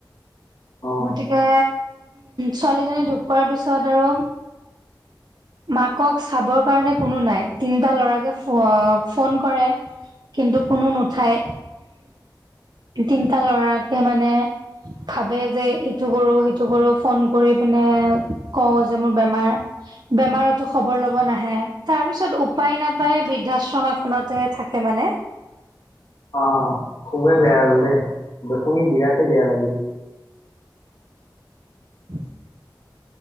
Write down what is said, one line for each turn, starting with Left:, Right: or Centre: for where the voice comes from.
Left: অ
Right: গতিকে। ছোৱালীজনী ঢুকোৱাৰ পিছত আৰু মাকক চাবৰ। সেই কাৰণে কোনো নাই তিনটা ল'ৰাকে ফোন কৰে। কিন্তু কোনো নুঠাই তিনিটা লৰাকে মানে। ভাবে যে এইটো কৰোঁ সেইটো কৰোঁ ফোন কৰি পিনে কওঁ যে মোৰ বেমাৰ। বেমাৰতো খবৰ ল'ব নাহে। নাহে তাৰ পিছত উপায় নাপায় বৃদ্ধাশ্ৰম এখনতে থাকে মানে।
Left: আহ খুবেই বেয়া হ'ল দেই দেখিনি বিৰাটেই বেয়া লাগিল।
Right: <unintelligible>